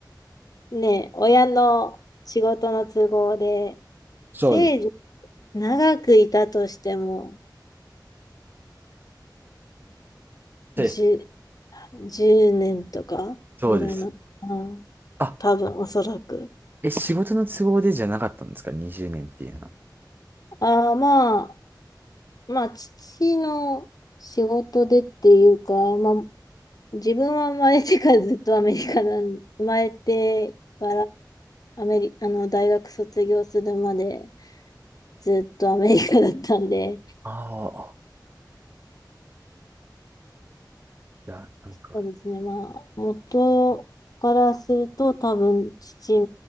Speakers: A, on the left (about 50°); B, on the right (about 25°).
A: ね、親の仕事の都合で、
B: そうです。
A: せいぜい長くいたとしても、
B: そうです。
A: 10、年とかぐらいなの、
B: そうです。
A: うん、
B: あ、
A: 多分、おそらく。
B: え、仕事の都合でじゃなかったんですか ?20 年っていうのは。
A: ああ、まあ、まあ、父の仕事でっていうか、まあ、自分は生まれてからずっとアメリカなん、<laughs> 生まれてからアメリ、あの、大学卒業するまでずっとアメリカだったんで、
B: ああー、いや、なんか、
A: そうですね、まあ、元からすると多分父